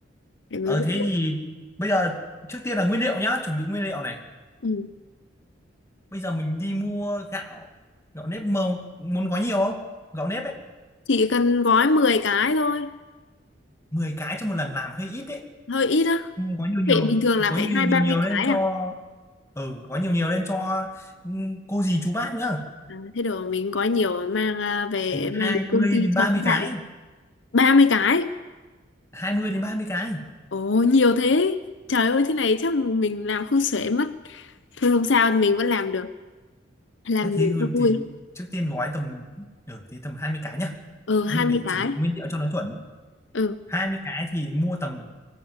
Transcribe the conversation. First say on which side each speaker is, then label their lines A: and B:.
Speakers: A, on the left; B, on the left.
A: để mình
B: Ờ,
A: viết
B: thế
A: luôn
B: thì bây giờ trước tiên là nguyên liệu nhá. Chuẩn bị nguyên liệu này.
A: ừ.
B: Bây giờ mình đi mua gạo. Gạo nếp mông. Muốn có nhiều không? Gạo nếp ấy.
A: chỉ cần gói 10 cái thôi
B: mười cái cho một lần làm hơi ít đấy.
A: hơi ít á
B: Có nhiều nhiều.
A: vậy bình thường là
B: Có nhiều
A: phải hai
B: nhiều,
A: ba
B: nhiều
A: mươi
B: lên
A: cái
B: cho
A: à,
B: ừ có nhiều nhiều lên cho ừ, cô dì chú bác nữa
A: à thế đồ mình gói nhiều mang à, về
B: Ừ, hai
A: mang đến công
B: mươi
A: ty
B: đến
A: cho
B: ba
A: các
B: mươi
A: bạn
B: cái
A: ba mươi cái
B: hai mươi đến ba mươi cái
A: Ồ nhiều thế Trời ơi thế này chắc mình làm không xuể mất Thôi không sao mình vẫn làm được Làm
B: hay thế
A: nhiều
B: ừ,
A: cho vui
B: thì trước tiên gói tầm ở thì tầm 20 cái nhá
A: ờ
B: Nguyên-
A: hai mươi
B: để
A: cái
B: chuẩn bị nguyên liệu cho nó chuẩn
A: ừ.
B: hai mươi cái thì mua tầm